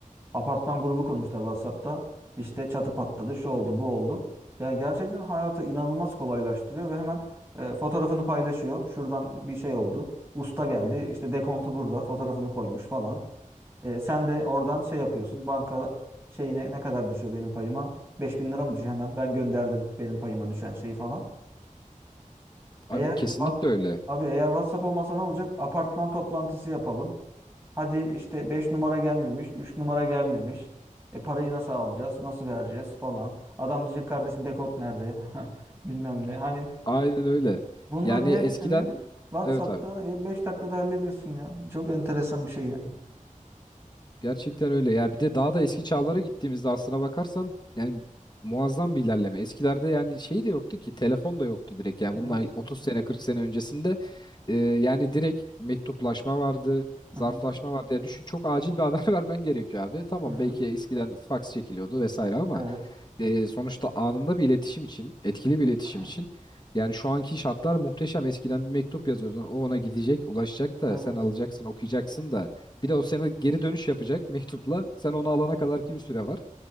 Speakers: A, on the right; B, on the left.
A: Apartman grubu kurmuşlar WhatsApp'ta. İşte çatı patladı, şu oldu, bu oldu. Yani gerçekten hayatı inanılmaz kolaylaştırıyor ve hemen e, fotoğrafını paylaşıyor. Şuradan bir şey oldu. Usta geldi, işte dekontu burada, fotoğrafını koymuş falan. E, sen de oradan şey yapıyorsun. Banka şeyine ne kadar düşüyor benim payıma? beş bin lira mı düşüyor hemen? Ben gönderdim benim payıma düşen şeyi falan.
B: Abi
A: Eğer
B: kesinlikle
A: var,
B: öyle.
A: abi eğer WhatsApp olmasa ne olacak? Apartman toplantısı yapalım. Hadi işte 5 numara gelmemiş, 3 numara gelmemiş. E parayı nasıl alacağız? Nasıl vereceğiz falan. Adam diyecek kardeşim dekod nerede? <laughs> Bilmem ne. Hani
B: Aynen öyle.
A: bunların
B: Yani eskiden
A: hepsini WhatsApp'ta
B: evet abi.
A: ya 5 dakikada hallediyorsun ya. Çok enteresan bir şey yani.
B: Gerçekten öyle ya bir de daha da eski çağlara gittiğimizde aslına bakarsan yani muazzam bir ilerleme. Eskilerde yani şey de yoktu ki telefon da yoktu direkt yani bunlar
A: Evet.
B: 30 sene 40 sene öncesinde e, yani direkt mektuplaşma vardı,
A: Hı
B: zarflaşma
A: hı.
B: vardı. Yani düşün çok acil bir haber <laughs> vermen gerekiyor abi. Tamam
A: Hı hı.
B: belki eskiden faks çekiliyordu vesaire ama
A: Evet.
B: e, sonuçta anında bir iletişim için, etkili bir iletişim
A: Aha.
B: için yani şu anki şartlar muhteşem. Eskiden bir mektup yazıyordun. O ona gidecek, ulaşacak da
A: Evet.
B: sen alacaksın, okuyacaksın da bir de o sana geri dönüş yapacak mektupla. Sen onu alana kadar ki bir süre var.